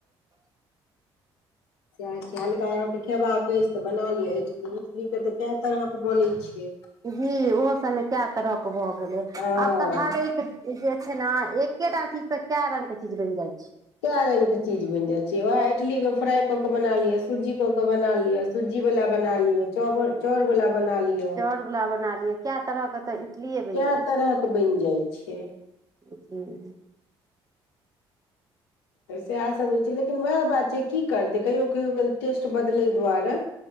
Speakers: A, on the left; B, on the right.
A: सेचछाले तऽह खेयबै <inaudible> तऽ बना लिअ इडली तऽ कए तरहके बोनै छियै
B: जी ओहो सबमे कए तरहके भऽ गेलै
A: हँ
B: आब तऽ हरेक जे छै ने एकेटा चीज से कै रंग के चीज बनि जाइ छै
A: कै रंग के चीज बन जा छै वएह इडली के फ्राई क के बना लिय सजी क के बना लिय सुजी बला बना लिय चाउर बला बना लियौ
B: चाउर वाला बना लिअ कए तरह के तऽ इडलिये बनि
A: कै
B: जाइ
A: तरह के बनि जाइ छै <inaudible>
B: ह <inaudible>
A: तऽ सएहसभ रहै छै लेकिन उएह बात छै की करतै कहियो कहियओ क तऽ टेस्ट बदलय दुआरे